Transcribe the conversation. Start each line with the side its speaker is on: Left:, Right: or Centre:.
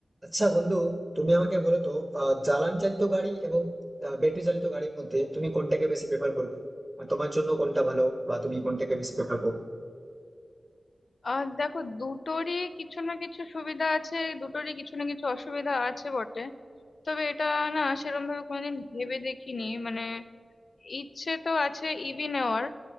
Right: আচ্ছা বন্ধু তুমি আমাকে বলো তো আহ, জ্বালানি চালিত গাড়ি এবং ব্যাটারি চালিত গাড়ির মধ্যে তুমি কোনটাকে বেশি প্রেফার করবে মানে তোমার জন্য কোনটা ভালো বা তুমি কোনটাকে বেশি প্রেফার করবে
Left: আহ দেখো দুটোরই কিছু না কিছু সুবিধা আছে দুটোরই কিছু না কিছু অসুবিধা আছে বটে তবে এটা না সেরকম ভাবে কোনোদিন ভেবে দেখিনি মানে ইচ্ছে তো আছে ইভি নেওয়ার